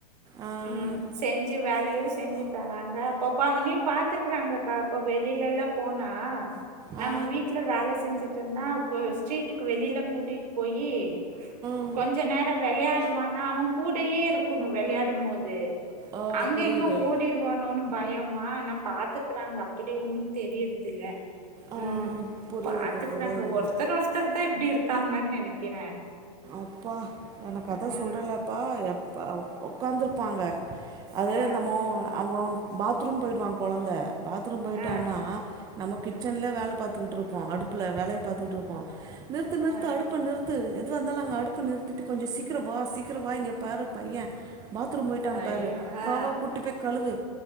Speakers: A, on the right (about 20°); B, on the right (about 75°).
A: ஆ
B: ம் செஞ்சு வேலையு செஞ்சு தராங்க அப்பப்போ அவனையு பாத்துக்கறாங்கக்கா இப்போ வெளிலலா போனா நம்ம
A: ஆ
B: வீட்ல வேல செஞ்சுட்டனா கொ ஸ்ட்ரீட்டுக்கு வெளில கூட்டிட் போயி
A: ஆ
B: கொஞ்ச நேர வெளயாடுவானா அவ கூடயே இருக்குணு வெளையாடும் மோது
A: ஆ
B: அங்க
A: புரியுது
B: இங்க ஓடி ருவானோனு பயமா ந பாத்துக்றாங்க அப்படி ஒன்னுந் தெரியற்தில்ல
A: ஆ
B: ம்
A: புரியுறது
B: பாத்துக்றாங்க
A: புரியுறது
B: ஒர்த்தர் ஒருத்தர் தா இப்டி இருக்காங்கன் நெனைக்கிறே
A: அப்பா எனக்கத
B: ஆ
A: சொல்றேலப்பா எப்பா ஒ ஒக்காந்துருப்பாங்க அது
B: ஆ
A: என்னம்மோ அவ பாத்ரூம் போய்டுவ கொழந்த பாத்ரூம் போயிட்டானா
B: ஆ
A: நம்ம கிச்சன்ல
B: அ
A: வேல பாத் துட்ருப்போ அடுப்புல வேலய பாத்துக்ட்ருப்போ நிற்த்து நிற்த்து
B: ஆ
A: அடுப்ப நிற்த்து எ துவாந்தாலு அங்க அடுப்ப நிற்த்திட்டு கொஞ்சோ சீக்கிர வா சீக்கிர வா இங்க பாரு பைய பாத்ரூம் போய்ட்டா
B: ஐயோ
A: பாரு
B: ஆ
A: வா வா கூட்டி போய் கழுவு